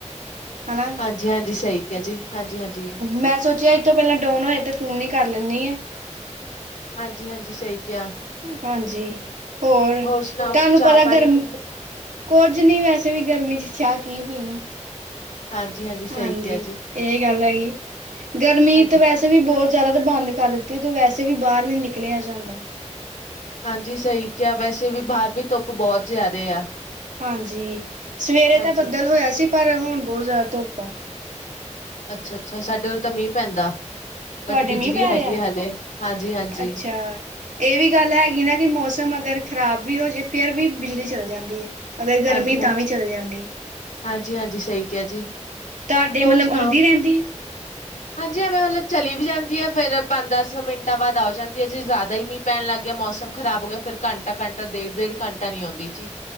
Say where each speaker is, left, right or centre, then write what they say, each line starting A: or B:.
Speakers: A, on the right; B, on the left.
A: ਹਨਾ
B: ਹਾਂਜੀ ਹਾਂਜੀ ਸਹੀ ਕਿਹਾ ਜੀ ਹਾਂਜੀ-ਹਾਂਜੀ
A: ਮੈਂ ਸੋਚਿਆ ਇਥੋਂ ਪਹਿਲਾਂ ਡੋਨ ਹੋਏ ਤੇ ਫੋਨ ਹੀ ਕਰ ਲੈਣੀ ਆ
B: ਹਾਂਜੀ ਹਾਂਜੀ ਸਹੀ ਕਿਹਾ
A: ਹਾਂਜੀ ਹੋਰ
B: ਸੁਣਾਓ
A: ਤੁਹਾਨੂੰ
B: ਚਾਹ
A: ਪਤਾ
B: ਪਾਣੀ
A: ਗਰਮੀ
B: ਪੀ ਲਿਆ
A: ਕੁੱਝ ਨਹੀਂ ਵੈਸੇ ਵੀ ਗਰਮੀ ਚਾਹ ਕੀ ਪੀਣੀ
B: ਹਾਂਜੀ-ਹਾਂਜੀ ਸਹੀ
A: ਹਾਂਜੀ
B: ਕਿਹਾ ਜੀ
A: ਇਹ ਗੱਲ ਹੈਗੀ ਗਰਮੀ
B: ਹਾਂਜੀ
A: ਤਾਂ ਵੈਸੇ ਵੀ ਬਹੁਤ ਜ਼ਿਆਦਾ ਤਾਂ ਬੰਦ ਕਰ ਦਿੱਤੀ ਤੇ ਵੈਸੇ ਵੈਸੇ ਵੀ ਬਾਹਰ ਨੀ ਨਿਕਲਿਆ ਜਾਂਦਾ
B: ਹਾਂਜੀ ਸਹੀ ਕਿਹਾ ਵੈਸੇ ਵੀ ਬਾਹਰ ਵੀ ਧੁੱਪ ਬਹੁਤ ਜ਼ਿਆਦਾ ਆ
A: ਹਾਂਜੀ ਸਵੇਰੇ
B: ਹਾਂਜੀ
A: ਤਾਂ ਬੱਦਲ ਹੋਇਆ ਸੀ ਪਰ ਹੁਣ ਬਹੁਤ ਜ਼ਿਆਦਾ ਧੁੱਪ ਆ
B: ਅੱਛਾ ਅੱਛਾ ਸਾਡੇ ਉਰੇ ਤਾਂ ਮੀਂਹ ਪੈਂਦਾ
A: ਤੁਹਾਡੇ
B: ਬਟ ਬਿਜਲੀ
A: ਮੀਂਹ ਪੈ
B: ਹੈਗੀ
A: ਰਿਹਾ
B: ਆ ਹਲੇ ਹਾਂਜੀ-ਹਾਂਜੀ,
A: ਅੱਛਾ ਇਹ ਵੀ ਗੱਲ ਹੈਗੀ ਨਾ ਕਿ ਮੌਸਮ ਅਗਰ ਖ਼ਰਾਬ, ਵੀ ਹੋਜੇ ਫੇਰ ਵੀ ਬਿਜਲੀ ਚੱਲ ਜਾਂਦੀ ਹੈ। ਅਗਰ ਗਰਮੀ
B: ਹਾਂਜੀ-ਹਾਂਜੀ।
A: ਤਾਂ ਵੀ ਚੱਲ ਜਾਂਦੀ।
B: ਹਾਂਜੀ-ਹਾਂਜੀ ਸਹੀ ਕਿਹਾ ਜੀ,
A: ਤੁਹਾਡੇ
B: ਹੋਰ
A: ਮਤਲਬ
B: ਸੁਣਾਓ?
A: ਆਉਂਦੀ ਰਹਿੰਦੀ ਆ।
B: ਹਾਂਜੀ ਐਵੇਂ ਮਤਲਬ ਚਲੀ ਵੀ ਜਾਂਦੀ ਹੈ ਫੇਰ ਪੰਜ ਦਸ ਮਿੰਟਾਂ ਬਾਅਦ ਆ ਜਾਂਦੀ ਹੈ ਜੇ ਜ਼ਿਆਦਾ ਹੀ ਮੀਂਹ ਪੈਣ ਲੱਗ ਗਿਆ ਮੌਸਮ ਖਰਾਬ ਹੋ ਗਿਆ ਫੇਰ ਘੰਟਾ ਘੰਟਾ ਡੇਢ ਡੇਢ ਘੰਟਾ ਨੀ ਆਉਂਦੀ ਜੀ